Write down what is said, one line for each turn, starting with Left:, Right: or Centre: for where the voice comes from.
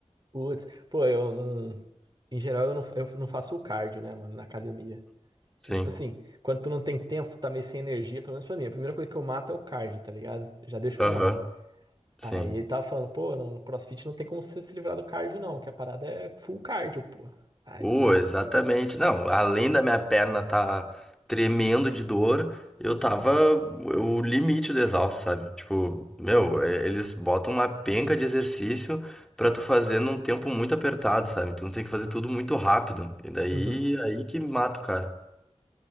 Right: Putz, pô, eu não. Em geral, eu não, eu não faço o cardio, né, mano, na academia.
Centre: Sim.
Right: Que, tipo assim, quando tu não tem tempo, tu tá meio sem energia, pelo menos pra mim. A primeira coisa que eu mato é o cardio, tá ligado? Já deixo
Centre: Aham.
Right: pra lá.
Centre: Sim.
Right: Aí ele tava falando, pô, no, no CrossFit não tem como você se livrar do cardio, não, que a parada é full cardio, pô. Aí.
Centre: Oh, exatamente. Não, além da minha perna tá tremendo de dor, eu tava o limite do exausto, sabe? Tipo, meu, e- eles botam uma penca de exercício pra tu fazer num tempo muito apertado, sabe? Tu tem que fazer tudo muito rápido. E daí,
Right: Uhum.
Centre: aí que mata o cara.